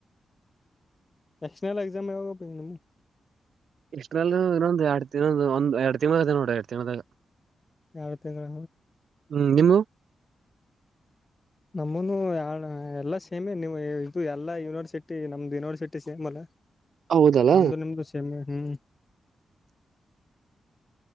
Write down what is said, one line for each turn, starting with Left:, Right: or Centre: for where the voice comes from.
Left: ಎಕ್ಸ್ಟರ್ನಲ್ ಎಕ್ಸಾಮ್ ಯಾವಾಗ.
Right: ಎಕ್ಸ್ಟರ್ನಲ್ ಇನ್ನೊಂದು ಎರಡು <unintelligible> ಒಂದ್ ಎರಡ್ ತಿಂಗಂಳ ಎರಡ್ ತಿಂಗಂಳದಾಗ.
Left: ಎರಡ್ ತಿಂಗಳ.
Right: ಹ್ಮ್ ನಿಮ್ವು.
Left: ನಂವುನು ಎಲ್ಲ ಸೇಮೇ ನೀವು ಇದು ಎಲ್ಲ ಯೂನಿವರ್ಸಿಟಿ ನಮ್ದು ಯೂನಿವರ್ಸಿಟಿ ಸೇಮ್ ಅಲ್ಲ.
Right: ಹೌದಲ್ಲ
Left: ನಮದು ನಿಮದು ಸೇಮೇ ಹ್ಮ್.